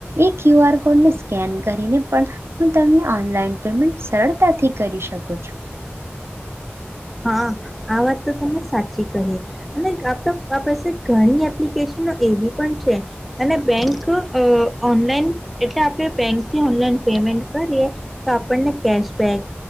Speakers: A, on the right (about 70°); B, in the centre.
A: એ ક્યુ આર કોડને સ્કેન કરીને પણ હું તમને ઓનલાઈન પેમેન્ટ સરળતાથી કરી શકું છું.
B: હા આ વાત તો તમને સાચી કહી અને આપ પાસે ઘણી એપ્લિકેશનો એવી પણ છે અને બેંક અ ઓનલાઈન એટલે આપણે બેંકથી ઓનલાઈન પેમેન્ટ કરીએ તો આપણને કેશબેક